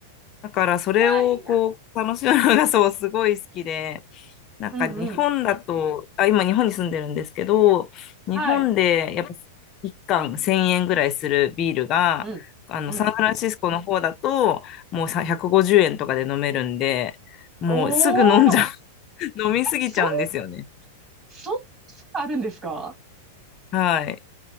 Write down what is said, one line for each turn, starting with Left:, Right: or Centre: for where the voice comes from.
Left: だからそれをこう、
Right: うわ、いいな。
Left: 楽しむのがそう、すごい好きで、なんか日本だと、
Right: うんうん。
Left: あ、今日本に住んでるんですけど、日本でやっぱ
Right: はい。
Left: 1缶1000円ぐらいするビールが、
Right: うん。
Left: あの、
Right: うん。
Left: サンフランシスコの方だと、もうさ150円とかで飲めるんで、もうすぐ飲んじゃう、
Right: おー、え
Left: <laughs> 飲みすぎちゃうんですよね。
Right: そん、そん、あるんですか
Left: はい。